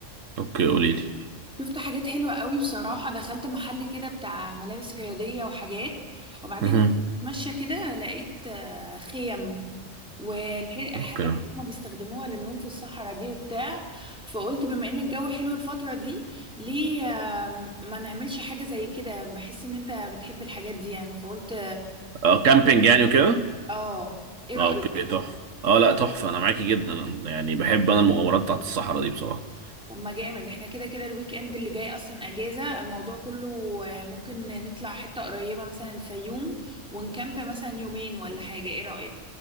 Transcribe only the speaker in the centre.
شفت حاجات حلوه قوي بصراحه دخلت محل كده بتاع ملابس رياضيه وحاجات وبعدين
ماشيه كده لقيت آه، خيم والحاجات
اللي هما بيستخدموها للنوم في الصحراء دي وبتاع فقلت بما ان الجو حلو الفترة دي ليه آم، ما نعملش حاجة زي كده بحس ان انت بتحب الحاجات دي يعني فقلت
اه ايه رأيك
طب ما جامد احنا كده كده الويك اند اللي جاي اصلا اجازة الموضوع كله آه، ممكن نطلع حتة قريبة مثلا الفيوم ونكامب مثلا يومين ولا حاجة ايه رأيك